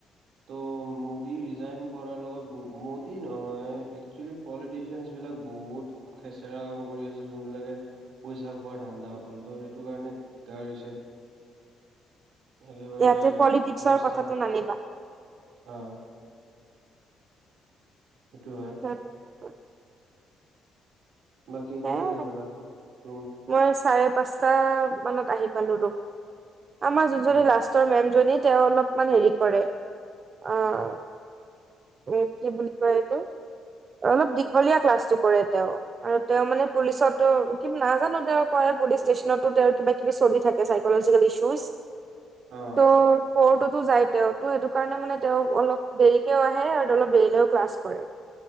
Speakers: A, on the right; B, on the right.
A: টো মোডী ৰীজাইন কৰাৰ লগত মোদী নহয় এক্সুৱেলী পলিটিচিয়ানছবিলাক বহুত খেচেৰা কাম কৰি আছে যোনবিলাকে পইচা খোৱাৰ ধান্দা অকল তো সেইটো কাৰণে দিগদাৰ হৈছে একেবাৰে
B: ইয়াতে পলিটিক্সৰ
A: অৱস্থা
B: কথাটো নানিবা
A: অহ সেইটো হয়
B: সেই তেনেকুৱা।
A: বাকী
B: সেয়াই
A: কেইটাত আহি পালা ৰুম?
B: মই চাৰে পাঁচটা মানত আহি পালো ৰুম। আমাৰ যোনজনি
A: অ
B: লাষ্টৰ মেম জনি তেঁও অলপমান হেৰি কৰে আহ এ কি বুলি কয় এইটো - অলপ দীঘলীয়া ক্লাছটো কৰে তেওঁ আৰু তেওঁ মানে পুলিচতো কিব নাজানো তেওঁ কয় পুলিচ ষ্টেচনতো তেওঁ কিবা কিবি চলি থাকে এই চাইকলজিকেল ইশুজ
A: অ
B: তো কোৰ্টতো যাই তেওঁ তো এইটো কাৰণে মানে তেওঁ অলপ দেৰিকেও আহে আৰু অলপ দেৰিলেও ক্লাছ কৰে